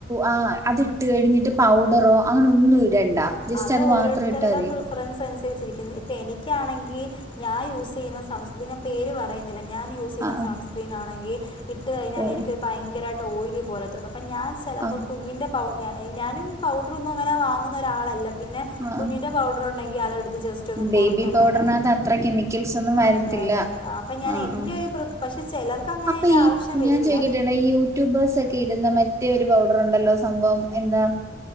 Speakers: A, on the right (about 20°); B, on the left (about 30°).
A: ആ അതിട്ട് കഴിഞ്ഞിട്ട് പൗഡറോ അങ്ങനെ ഒന്നും ഇടണ്ട ജസ്റ്റ്
B: അത് ഓരോരുത്തരുടെ
A: മാത്രം ഇട്ടാ മതി
B: പ്രിഫറൻസ് അനുസരിച്ചിരിക്കുന്നു. ഇപ്പൊ എനി ക്കാണെങ്കി ഞാൻ യൂസ്യ്യുന്ന സൺസ്ക്രിൻ പേര് പറയുന്നില്ല. ഞാൻ യൂസെയ്യുന്ന
A: ആ
B: സൺസ്ക്രീൻ ആണെങ്കി ഇട്ട് കഴിഞ്ഞാലെനിക്ക്
A: ഓ
B: ഭയങ്കരമായിട്ട് ഓയിലി പോലെ തന്ന അപ്പൾ ഞൻ ചിലപ്പോൾ
A: ആ
B: കുഞ്ഞിൻ്റെ <unintelligible> ഞാനും പൗഡറൊന്നും അങ്ങനെ വാങ്ങുന്ന ഒരാളല്ല പിന്നെ
A: ആ ആ.
B: കുഞ്ഞിൻ്റെ പൗഡർ ഉണ്ടെങ്കിൽ അതെടുത്ത് ജസ്റ്റ് ഒന്ന്
A: ബേബി
B: പുറത്തൊന്നില്ല
A: പൗഡറിനകത്ത് അത്ര കെമിക്കൽസ് ഒന്നും വരത്തില്ല
B: അതെ അതെ അപ്പൊ ഞാൻ
A: ആ
B: എന്റെ
A: ആ
B: ഒരു പക്ഷെ ചിലർക്ക് അങ്ങനെ
A: അപ്പൊ
B: അതിന്റെ
A: ഈ
B: ആവശ്യം വരില്ല
A: ഞാൻ ചോദിക്കട്ടെടാ യൂട്യൂബേഴ്സ് ഒക്കെ ഇടുന്ന മറ്റേ ഒരു പൗഡർണ്ടല്ലോ സംഭവം എന്താ?